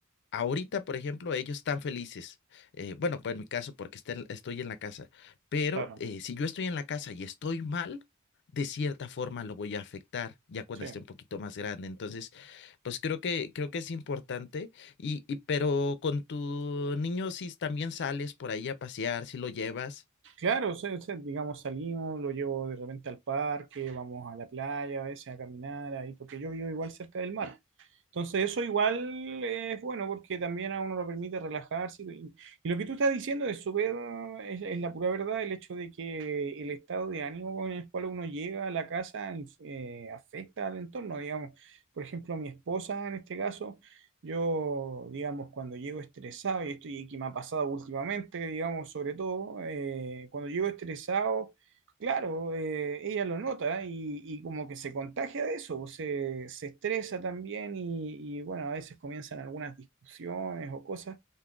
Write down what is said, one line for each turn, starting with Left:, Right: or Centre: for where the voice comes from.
Left: ahorita, por ejemplo, ellos están felices. eh, bueno, pues en mi caso, porque está en- estoy en la casa, pero
Right: claro,
Left: eh, si yo estoy en la casa y estoy mal, de cierta forma lo voy a afectar ya cuando
Right: sí.
Left: esté un poquito más grande. Entonces, pues creo que, creo que es importante. Y, y pero con tu niño, si también sales por ahí a pasear, si lo llevas.
Right: Claro, o sea, o sea, digamos, salimos, lo llevo de repente al parque, vamos a la playa, a veces a caminar ahí, porque yo vivo igual cerca del mar. Entonces eso igual es bueno porque también a uno lo permite relajarse. Y, y lo que tú estás diciendo es súper, es, es la pura verdad, el hecho de que el estado de ánimo con el cual uno llega a la casa eh, afecta al entorno, digamos. Por ejemplo, mi esposa en este caso, yo, digamos, cuando llego estresado, y esto y que me ha pasado últimamente, digamos, sobre todo, eh, cuando llego estresado Claro, eh, ella lo nota y, y como que se contagia de eso, pues, se, se estresa también y, y, bueno, a veces comienzan algunas discusiones o cosas,